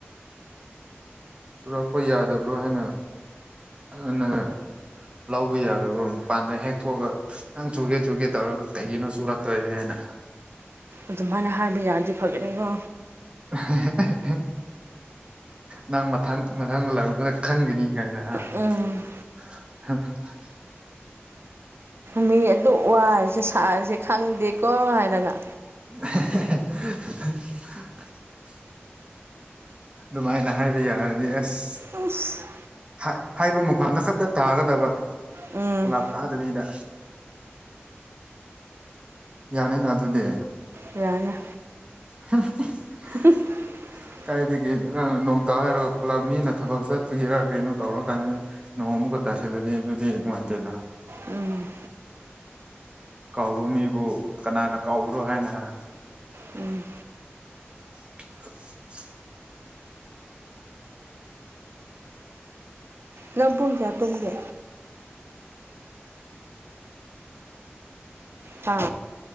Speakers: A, on the right; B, on the right.
A: ꯆꯨꯔꯛꯄ ꯌꯥꯗꯕ꯭ꯔꯣ ꯍꯥꯏꯅ ꯑꯗꯨꯅ ꯂꯧꯕ ꯌꯥꯗꯕ꯭ꯔꯣ ꯃꯄꯥꯟꯗ ꯍꯦꯛꯊꯣꯛꯑꯒ ꯅꯪ ꯆꯨꯒꯦ ꯆꯨꯒꯦ ꯇꯧꯔꯒ ꯀꯩꯒꯤꯅꯣ ꯆꯨꯔꯛꯇ꯭ꯔꯗꯤ ꯍꯥꯏꯅ꯫
B: ꯑꯗꯨꯃꯥꯏꯅ ꯍꯥꯏꯕ ꯌꯥꯔꯗꯤ ꯐꯒꯅꯤꯒꯣ꯫
A: <unintelligible> ꯅꯪ ꯃꯊꯪ ꯃꯊꯪꯒ ꯂꯥꯏꯕꯛꯅ ꯈꯪꯒꯅꯤ ꯀꯥꯏꯅ ꯍꯥ꯫
B: ꯎꯝ꯫
A: <unintelligible>
B: ꯃꯤ ꯑꯗꯨꯛ ꯋꯥꯔꯤꯁ‌ꯦ ꯁꯥꯔꯤꯁꯦ ꯈꯪꯗꯦꯀꯣ ꯍꯥꯏꯔꯒ꯫
A: <unintelligible> ꯑꯗꯨꯃꯥꯏꯅ ꯍꯥꯏꯕ ꯌꯥꯔꯗꯤ ꯑꯁ꯫
B: ꯑꯁ
A: ꯍꯥ ꯍꯥꯏꯕ ꯃꯐꯝꯗ ꯈꯠꯇ ꯇꯥꯒꯗꯕ
B: ꯎꯝ
A: ꯄꯨꯂꯞ ꯇꯥꯗꯕꯤꯗ꯫ ꯌꯥꯅꯤꯅ ꯑꯗꯨꯗꯤ꯫
B: ꯌꯥꯏꯅꯦ꯫
A: <unintelligible>
B: <unintelligible>
A: ꯀꯥꯏꯗꯒꯤ ꯅꯪ ꯅꯣꯡ ꯇꯥꯎ ꯍꯥꯏꯔꯒ ꯄꯨꯂꯞ ꯃꯤꯅ ꯊꯕꯛ ꯆꯠꯄꯒꯤꯔꯥ ꯀꯩꯅꯣ ꯇꯧꯔ ꯀꯥꯟꯗ ꯅꯣꯡ‌‌ ꯑꯃꯨꯛꯀ ꯇꯥꯁꯤꯜꯂꯗꯤ ꯑꯗꯨꯗꯤ ꯅꯨꯡꯉꯥꯏꯇꯦꯗ꯫
B: ꯎꯝ꯫
A: ꯀꯥꯎꯕ ꯃꯤꯕꯨ ꯀꯅꯥꯅ ꯀꯥꯎꯕꯔꯣ ꯍꯥꯏꯅ ꯍꯥ꯫
B: ꯎꯝ꯫
A: <unintelligible>
B: ꯅꯪ ꯄꯨꯡ ꯀꯌꯥ ꯇꯨꯝꯒꯦ꯫ ꯍꯥ꯫